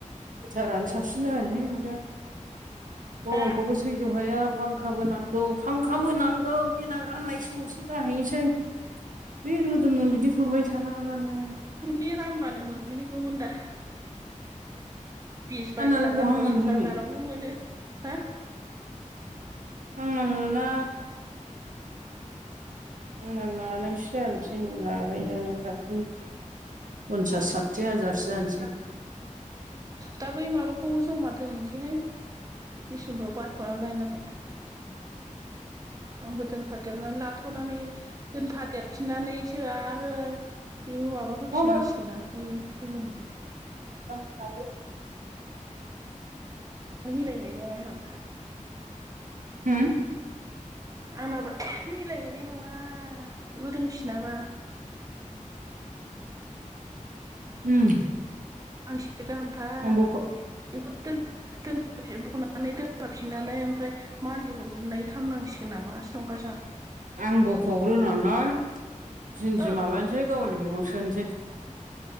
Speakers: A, on the right; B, on the right.
A: हिथारानो साबसिन जैदा गरमखौबो
B: हो
A: थैज' हाया फांखाबो नांगौ फांखाबो नांगौ देनां राननाय समावसो जाहैनोसै
B: <unintelligible>
A: बे रोदोनो बिदि हरबाय थानाङाबानो
B: खुरनि रानबानो मोनहैगौमोन दा बिस बाइस
A: आंनालाय
B: हाजार
A: बहा
B: फसिस
A: मोनहैनो
B: हाजारावनो मोनो हा
A: आंना मोना बुंना लानायस जानोसै न लाबायो नों दाखै पन्सास साथि हाजारसो जानोसै
B: दा बै माबाखौ जमा दोनहैसैहाय डिसेम्बराव बायख'नानै लायनानै आंबो दोनफादेरनानै लाथ'नानै दोनफा देरफिननानैसो आरो बे माबा होफिननांसिगोन
A: होम
B: ना बेयो गोमोननिया
A: <unintelligible>
B: मिलायहैनाय नङा आंनाबो
A: होम
B: आंनाबो मिलायहैनाय नङा बेबो दोनफिनाबा
A: उम
B: फांसे गाहामथार
A: बख'
B: बेखौ दोन दोन बनानै दोनफाफिननानै ओमफ्राय मानलि हरग्रोनाय खालामनांसिगोन नामा नंगासोनि आं
A: आं बख'ग्रोनानैनानै जिनद्रि
B: औ
A: माबानोसै गावालि बेंगाव सोनोसै